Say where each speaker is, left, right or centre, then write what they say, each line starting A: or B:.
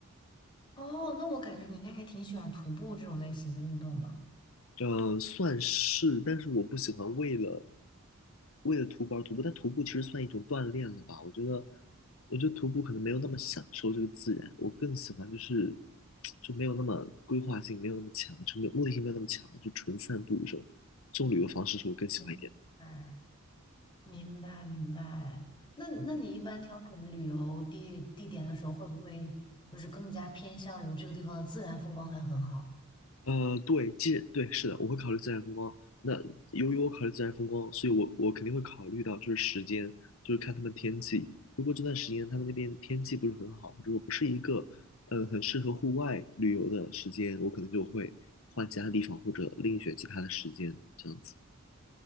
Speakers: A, on the left (about 20°); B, on the left (about 70°).
A: 哦，那我感觉你应该还挺喜欢徒步这种类型的运动的。
B: 呃，算是，但是我不喜欢为了为了徒步而徒步，但徒步其实算一种锻炼了吧？我觉得，我觉得徒步可能没有那么享受这个自然，我更喜欢就是就没有那么规划性，没有那么强，就没有目的性没有那么强，就纯散步这种这种旅游方式是我更喜欢一点的。
A: 嗯。哎。明白明白。那那你一般挑选旅游地地点的时候，会不会就是更加偏向于这个地方的自然风光还很好？
B: 呃，对，既对，是的，我会考虑自然风光。那由于我考虑自然风光，所以我我肯定会考虑到就是时间，就是看他们天气。如果这段时间他们那边天气不是很好，或者说不是一个呃很适合户外旅游的时间，我可能就会换其他地方或者另选其他的时间，这样子。